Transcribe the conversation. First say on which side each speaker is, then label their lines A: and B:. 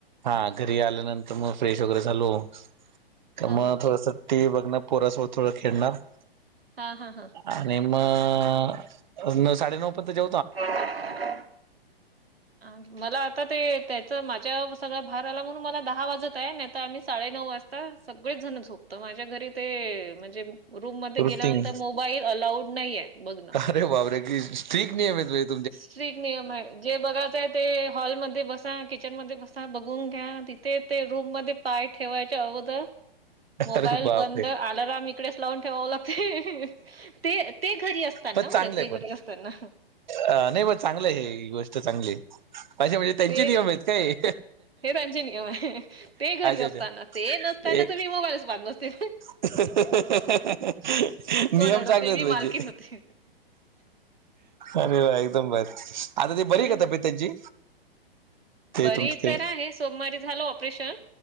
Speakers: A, on the right (about 50°); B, on the right (about 70°).
A: हा घरी आल्यानंतर मग फ्रेश वगैरे झालो की
B: हा
A: मग
B: हा
A: थोडंस, ते टीव्ही बघने पोरा सोबत खेळणार.
B: हा हा
A: आणि मग म नऊ साडेनऊ पर्यंत जा
B: ह <inaudible> मला आता ते त्याच माझ्या सगळा भार आला म्हणून मला दहा वाजत आहे नाही आता आम्ही साडे नऊ वाजता आता सगळेच जण झोपतो माझ्या घरी ते म्हणजे रूम मध्ये
A: रुटीन
B: गेल्यानंतर मोबाईल अलाऊड नाहीये. बघ ना
A: अरे बापरे स्ट्रीट नियम येत.
B: स्ट्रीक नियम आहे जे बघा ते हॉलमध्ये बसा किचन मध्ये बसा बघून घ्या तिथे ते रूम मध्ये, पाय ठेवायच्या अगोदर मोबाईल
A: अरे बापरे
B: बंद अलार्म इकडेच लावून ठेवावं लागते. ते ते घरी असताना
A: पण
B: बरं
A: चांगलंय
B: ते
A: पण,
B: घरी असताना
A: अ नाही म चांगलं आहे हे गोष्ट. चांगली अ, अच्छा म्हणजे त्यांचे
B: ते
A: नियम आहेत का हे.
B: हे त्यांचे नियम आहे ते घरी असताना
A: अच्छा
B: ते नसताना
A: एक
B: तर मी मोबाईलच वापरते.
A: <unintelligible> नियम
B: कोण अडवते
A: चांगलेत
B: मी
A: पाहिजे
B: मालकीन होते
A: अरे वा एकदम बर, आता ते बरी
B: आहे
A: का
B: ना
A: तब्येत त्यांची? ते
B: बरी
A: तुमचं ते
B: तर आहे सोमवारी झाल ऑपरेशन.